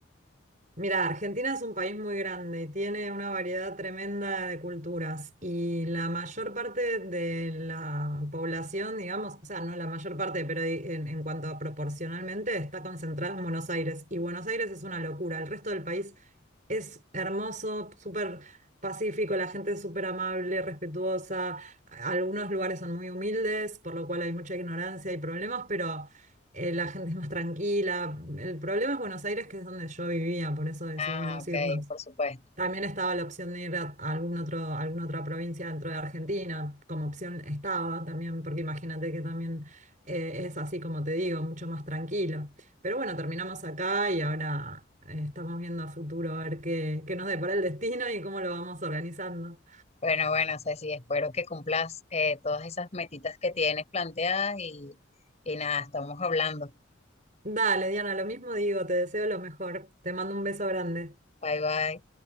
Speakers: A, on the right; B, on the left.
A: Mira, Argentina es un país muy grande, tiene una variedad tremenda de culturas y la mayor parte de la población, digamos, o sea, no la mayor parte, pero di- en, en cuanto a proporcionalmente, está concentrada en Buenos Aires y Buenos Aires es una locura. El resto del país es hermoso, súper pacífico, la gente es súper amable, respetuosa. Algunos lugares son muy humildes, por lo cual hay mucha ignorancia y problemas, pero eh, la gente es más tranquila. El problema es Buenos Aires, que es donde yo vivía, por eso decidimos
B: Ah, ok,
A: irnos.
B: por supuesto.
A: También estaba la opción de ir a algún otro, a alguna otra provincia dentro de Argentina, como opción estaba también, porque imagínate que también eh, es así como te digo, mucho más tranquilo. Pero bueno, terminamos acá y ahora eh, estamos viendo a futuro a ver qué, qué nos depara el destino y cómo lo vamos organizando.
B: Bueno, bueno, Ceci, espero que cumplas eh, todas esas metitas que tienes planteadas y, y nada, estamos hablando.
A: Dale, Diana, lo mismo digo, te deseo lo mejor. Te mando un beso grande.
B: Bye, bye.